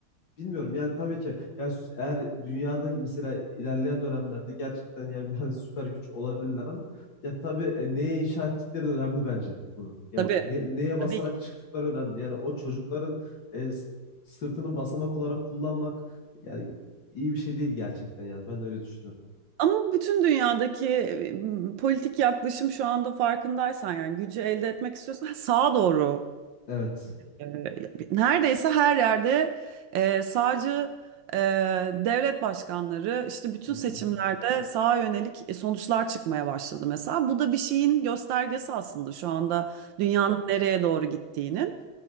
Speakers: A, on the left; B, on the right.
A: Bilmiyorum yani tabii ki yani s- eğer dünyada mesela ilerleyen dönemlerde gerçekten yani <laughs> bir hani süper güç olabilirler ama ya tabii e, neye inşa ettikleri de önemli bence bunu. Yani
B: Tabii.
A: ne- neye basarak
B: Tabii.
A: çıktıkları önemli. Yani o çocukların e, s- sırtını basamak olarak kullanmak yani iyi bir şey değil gerçekten yani ben de öyle düşünüyorum.
B: Ama bütün dünyadaki e, politik yaklaşım şu anda farkındaysan yani gücü elde etmek istiyorsan sağa doğru
A: Evet.
B: e, neredeyse her yerde e, sağcı e, devlet başkanları işte bütün
A: Hı
B: seçimlerde
A: hı.
B: sağa yönelik e, sonuçlar çıkmaya başladı mesela. Bu da bir şeyin göstergesi aslında şu anda dünyanın nereye doğru gittiğinin.